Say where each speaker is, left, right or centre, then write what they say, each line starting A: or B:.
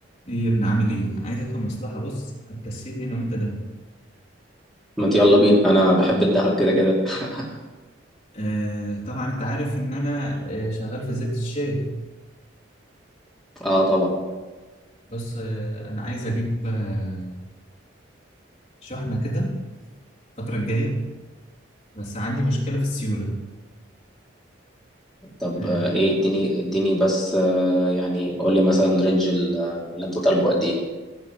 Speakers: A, on the left; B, in the centre.
A: ايه يا ابني عامل ايه؟ عايزك في مصلحة بص هتكسبني انا وانت ده.
B: ما انت يلا بينا انا بحب الذهب كده كده <laughs>
A: آه طبعا انت عارف ان انا آه شغال في زبدة الشاي
B: اه طبعا
A: بس آه انا عايز اجيب آه شحنة كده الفترة الجاية بس عندي مشكلة في السيولة.
B: طب
A: آه
B: آه، ايه اديني اديني بس آه، يعني قول لي مثلا رينج ال- آه، اللي انت طالبه قد ايه